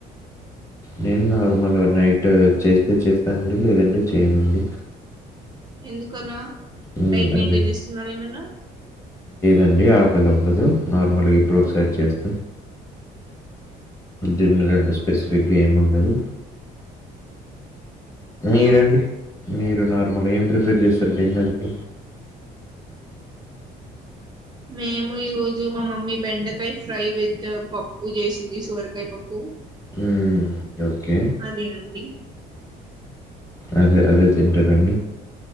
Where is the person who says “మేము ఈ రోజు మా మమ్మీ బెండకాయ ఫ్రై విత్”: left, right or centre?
Right